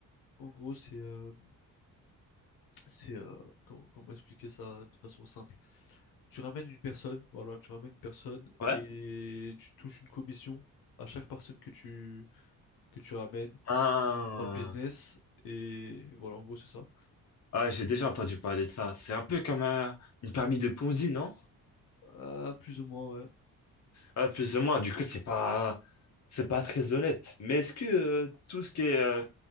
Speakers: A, on the left (about 80°); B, on the left (about 50°).
A: en gros, c'est euh, c'est euh, comment, comment expliquer ça de façon simple? Tu ramènes une personne, voilà, tu ramènes une personne
B: Ouais.
A: et tu touches une commission à chaque personne que tu que tu ramènes
B: Ah.
A: dans le business. Et voilà, en gros, c'est ça.
B: Ah, j'ai déjà entendu parler de ça. C'est un peu comme un, une permis de Ponzi, non?
A: Ah, plus ou moins, ouais.
B: Ah, plus ou moins. Du coup, c'est pas, c'est pas très honnête. Mais est-ce que euh, tout ce qui est euh,